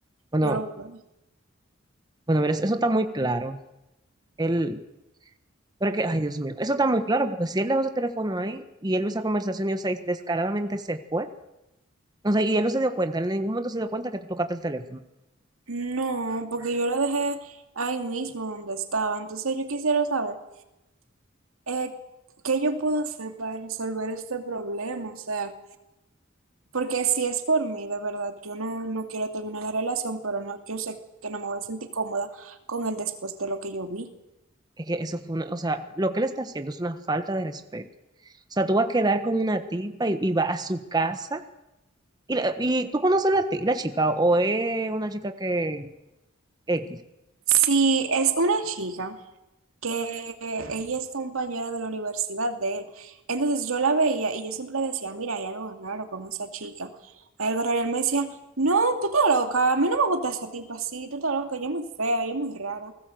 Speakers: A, on the right; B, on the right.
A: Bueno,
B: Yo lo borré.
A: bueno, mira, eso está muy claro. Él, pero es que, ay, Dios mío, eso está muy claro porque si él dejó su teléfono ahí y él vio esa conversación y, o sea, y descaradamente se fue, o sea, y él no se dio cuenta, en ningún momento se dio cuenta que tú tocaste el teléfono.
B: No, porque yo lo dejé ahí mismo donde estaba. Entonces yo quisiera saber eh, qué yo puedo hacer para resolver este problema. O sea, porque si es por mí, de verdad, yo no, no quiero terminar la relación, pero no, yo sé que no me voy a sentir cómoda con él después de lo que yo vi.
A: Es que eso fue una, o sea, lo que él está haciendo es una falta de respeto. O sea, tú vas a quedar con una tipa y, y vas a su casa ¿Y, la- y tú conoces la, ti- la chica o es una chica que X?
B: Si es una chica. que ella es compañera de la universidad de él. Entonces yo la veía y yo siempre decía, mira, hay algo raro con esa chica, hay algo raro. Y él me decía, no, tú estás loca, a mí no me gusta esa tipa así, tú estás loca, ella es muy fea, ella es muy rara.